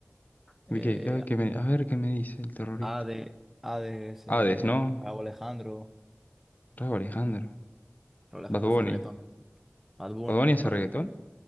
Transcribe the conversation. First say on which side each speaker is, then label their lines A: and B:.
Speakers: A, in the centre; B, on the left.
A: eh,
B: ¿Y qué? ¿Qué- qué me- a ver qué me dice el terrorista.
A: Ade, Hades,
B: Hades,
A: eh,
B: ¿no?
A: Rauw Alejandro.
B: Rauw Alejandro.
A: Pues, Rauw Alejandro
B: Bad Bunny.
A: hace reggaetón, ¿no? Bad Bunny,
B: ¿Bad Bunny hace
A: bueno,
B: reggaetón?
A: Ba-